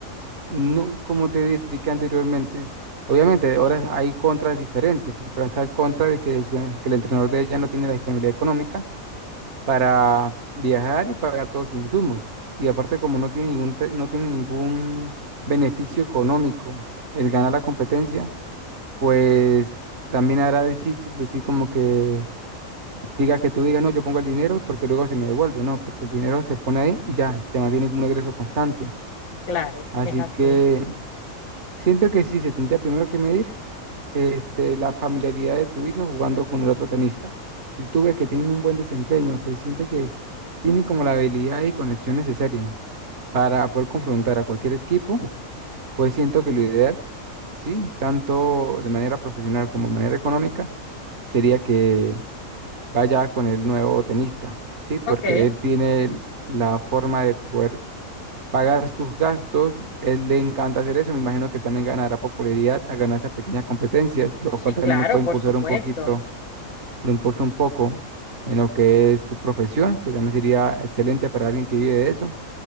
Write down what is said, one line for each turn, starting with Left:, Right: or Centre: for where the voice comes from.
Right: no, como te expliqué anteriormente, obviamente ahora hay contras diferentes, porque ahora está el contra de que, su- que el entrenador de ella no tiene la disponibilidad económica para viajar y pagar todos sus insumos. Y aparte, como no tiene ningún, te- no tiene ningún beneficio económico el ganar la competencia, pues también era difícil decir como que diga que tú digas, no, yo pongo el dinero porque luego se me devuelve, no, porque el dinero se pone ahí y ya, se mantiene como un ingreso constante.
Left: Claro,
Right: Así
Left: es así.
Right: que siento que sí, se tendría primero que medir este, la familiaridad de tu hija jugando con el otro tenista. Si tú ves que tienen un buen desempeño, que sientes que tienen como la habilidad y conexión necesaria para poder confrontar a cualquier equipo, pues siento que lo ideal, sí, tanto de manera profesional como de manera económica, sería que vaya con el nuevo tenista, ¿sí? Porque
Left: Ok,
Right: él tiene la forma de poder pagar sus gastos. Él le encanta hacer eso. Me imagino que también ganará popularidad a ganar esas pequeñas competencias, lo
Left: sí,
Right: cual también
Left: claro,
Right: lo puede
Left: por
Right: impulsar
Left: supuesto.
Right: un poquito, lo impulsa un poco en lo que es su profesión, que también sería excelente para alguien que vive de eso.